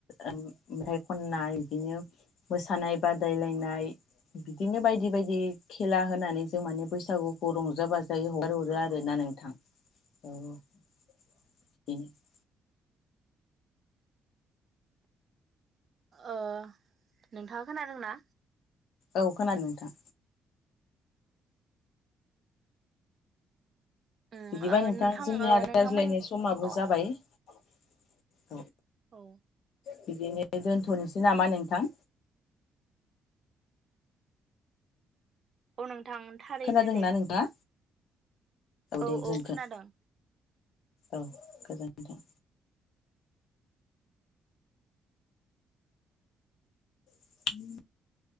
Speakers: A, on the left; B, on the right.
A: ओं ओमफ्राय खननाय बिदिनो मोसानाय बादायलायनाय बिदिनो बायदि बायदि खेला होनानै जों माने बैसागुखौ रंजााबाज फै हगारहरो
B: अ
A: आरोना
B: ओ
A: नोंथां औ <inaudible>
B: ओ नोंथाङा खोनादोंना?
A: औ खोनादों नोंथां।
B: उम
A: बिदिबा
B: ओ
A: नोंथां जोंनिया
B: ओ
A: रायज्लायनाय
B: नोंथांमोन
A: समाबो
B: अ
A: जाबाय।
B: अ
A: अ
B: औ
A: बिदिनो दोनथनोसै नामा नोंथां
B: अ नों थां थारैनो
A: खोनादोंना
B: दे।
A: नोंथाङा
B: औ
A: दे गोजोनथों
B: औ खोनादों।
A: औ गोजोन नोंथां <unintelligible>